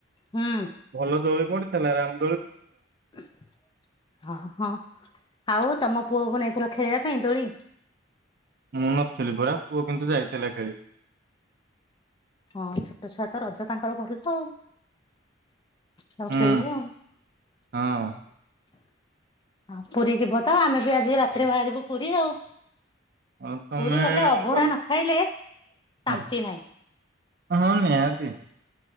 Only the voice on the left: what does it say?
ହୁଁ
<inaudible> ହଁ ହଁ ଆଉ? ତମ ପୁଅକୁ ନେଇଥିଲ ଖେଳିବା ପାଇଁ ଦୋଳି?
ହଁ ଛୋଟ ଛୁଆ ତ ରଜ ତାଙ୍କର ଭଲ ଆଉ। <inaudible> ଆଉ
ଖେଳିବେ ଆଉ।
<inaudible> <inaudible> ପୁରୀ ଯିବ ତ ଆମେ ବି ଆଜି ରାତିରେ ବାହାରିବୁ ପୁରୀ ଆଉ
ପୁରୀ ଗଲେ ଅଭଢା
ନ ଖାଇଲେ ଶାନ୍ତି
ନାହିଁ।